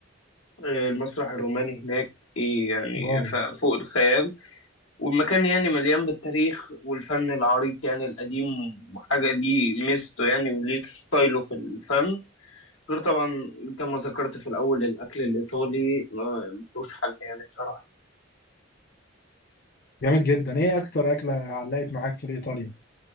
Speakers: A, on the left; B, on the left.
A: آه، المسرح الروماني هناك ايه يعني
B: واو
A: ف- فوق الخيال والمكان يعني مليان بالتاريخ والفن العريق يعني القديم وحاجة دي ميزته يعني وليه ستايله في الفن غير طبعا كما ذكرت في الأول الأكل الإيطالي ما ملوش حل يعني بصراحة
B: جامد جدا ايه اكتر اكله علقت معاك في ايطاليا